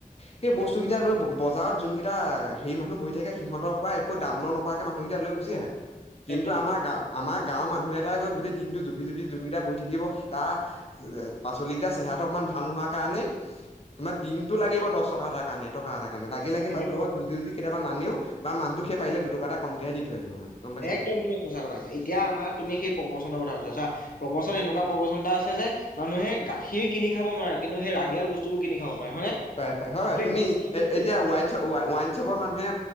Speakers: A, on the left; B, on the left.
A: সেই
B: হয়
A: বস্তু কেইটা লৈ বজাৰ বজাৰত যোনকেইটা হেৰি মানুহ বহি থাকে সিহঁতৰ পৰা একো দাম নকৰাকে মানুহকেইটা লৈ গুচি আহে। কিন্তু
B: একদম
A: আমাৰ গাৱ আমাৰ গাঁওৰ মানুহ এটাই গৈ গোটেই দিনতটো জুপি জুপি যোনকেইটা বহি থাকিব টা পাচলি কেইটা চেহেৰা। গাটো অকণমান ভাল নোহোৱাৰ কাৰণেই। তোমাৰ দিনতটো লাগিব দহ টকা এটা কাৰণে এটকা এটাৰ কাৰণে লাগি লাগি মানুহৰ
B: এক
A: লগত যুজি যুজি। কেতিয়াবা নানেও বা মানুহটোক সি পাৰিলে দুটকা কমকে দি থৈ আহিব মানে গম পাইছা
B: একদম
A: নাই
B: তুমি সঁচা কথা কৈছা, এতিয়া আমাৰ তুমি সেই পকবচন্দৰ কথা কৈছা। প্ৰবচন এনেকুৱা প্ৰবচন এটা আছে যে মানুহে গাখীৰ কিনি খাব নোৱাৰে, কিন্তু সেই ৰাগিয়াল বস্তুবোৰ কিনি খাব পাৰে হয়নে?
A: পাই পাই হয়।
B: যে
A: তুমি
B: গাখীৰ
A: এতিয়া ৱাইনশ্বপ ৱাইনশ্বপৰ মানুহে